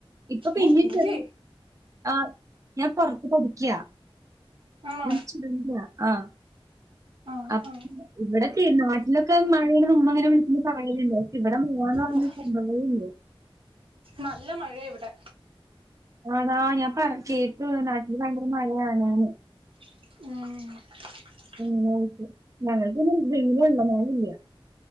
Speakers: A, on the right; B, on the right.
A: ഇപ്പൊ പിന്നെ
B: ഏ ഇല്ലേ
A: ചെറ ആഹ് ഞാൻ പുറത്ത് പഠിക്കയാ
B: ആണോ
A: ഞാൻ ആഹ്
B: ആഹ്
A: അപ്പ
B: ആഹ്
A: ഇവിടെത്തെ നാട്ടിലൊക്കെ മഴയയുടെ മുമ്മഹന വീട്ടന്ന് പറയലില്ല പക്ഷെ ഇവിടെ മഴയന്ന് പറഞ്ഞ
B: ഓഹ്
A: സംഭവമല്ലോ
B: നല്ല മഴയ ഇവിടെ
A: ആണാ ഞാൻ പറ കേട്ടു നാട്ടിൽ ഭയങ്കര മഴയാണന്ന്
B: മം
A: ഉം ഓക്ക് ഞൾ ക്കൊന്നും വെയ്‌ലാള്ളെ മഴ ഇല്ല